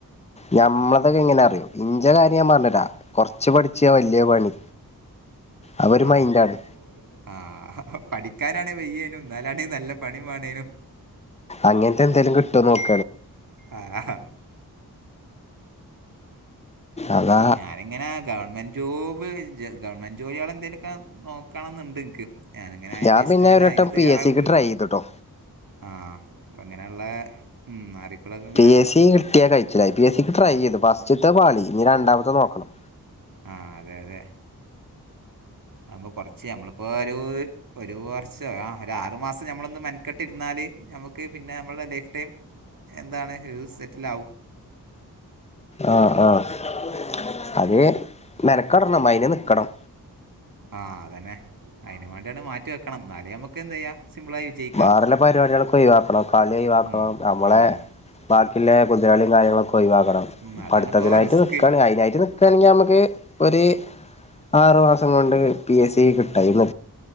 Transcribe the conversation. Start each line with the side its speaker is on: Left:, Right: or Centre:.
Left: ഞമ്മളതൊക്കെ എങ്ങനെഅറിയോ ഇഞ്ചെകാര്യം ഞാൻ പറഞ്ഞേരാ കൊറച്ച്പഠിച്ചാ വല്ല്യേ പണി അതൊരു
Right: ആഹ്
Left: മൈൻഡാണ്
Right: ആഹ് പഠിക്കാനാണെ വയ്യേനും ഇന്നാലാണെ നല്ല പണിവാണേനും
Left: അങ്ങനത്തെന്തേലും കിട്ടോനോക്കാണ്
Right: ആഹാ
Left: അതാ
Right: ഞാനിങ്ങനാ ഗവൺമെ ജോബ് ജ് ഗവൺമെൻറ് ജോലിയാള് എന്തേലൊക്കെ നോ ക്കണംന്ന്ണ്ട്ൻക്ക് ഞാനങ്ങനെ അയി
Left: ഞാൻ
Right: ജസ്റ്റ്ങ്ങനെ
Left: പിന്നെ ഒരു വട്ടം
Right: അയിന് തയ്യാറാവ്ണ്ട്
Left: പി എസ് സിക്ക് ട്രൈ ചെയ്തുട്ടോ
Right: ആഹ് അപ്പൊങ്ങനെള്ള ഉം അറിപ്പളൊക്കെങ്ങെ
Left: പിഎസ്സി കിട്ടിയാലായി ച്ചിലായി പി എസ്സി ക്ക് ട്രൈ ചെയ്തു ഫസ്റ്റ്ത്തെപാളി ഇഞ്ഞി രണ്ടാമത്തെ നോക്കണം
Right: ആഹ് അതെ അതെ നമ്മള്കൊറച്ച് നമ്മളിപ്പോരുഒരു വർഷംആരാ ഒരുമാസം നമ്മളൊന്ന് മേനെകെട്ടിരുന്നാല് നമുക്ക് പിന്നെ നമ്മുടെ ലൈഫ് ടൈം എന്താണ് ഹ് സെറ്റിലാവും
Left: ആഹ് അത്മേനെക്കടണം അയിന്നിക്കണം.
Right: ആഹ് അതന്നെ അയിന് വേണ്ടിയാണ് മാറ്റിവെക്കണം എന്നാലേനമക്കെന്തേയ്യാം സിമ്പിളായി വിജയിക്കാം
Left: വേറെല്ല പരിപാടിയോളോക്കെ ഒയിവാ വാക്കണം കളി ഒയിവാക്കണം
Right: ഉം,
Left: നമ്മളെ
Right: ഉം,
Left: ബാക്കിള്ള കുതിരകളിയും കാര്യങ്ങളൊകൊയിവാക്കണം
Right: ഉം, അതാണിപ്പോൾ
Left: പഠത്തത്തിനായിട്ട്
Right: റിസ്ക്
Left: നിക്കേണ് അയിനായിട്ട്നി ക്കണെങ്കിനമക്ക് ഒര് ആറുമാസം കൊണ്ട് പി എസ് സി കിട്ടായികല്ല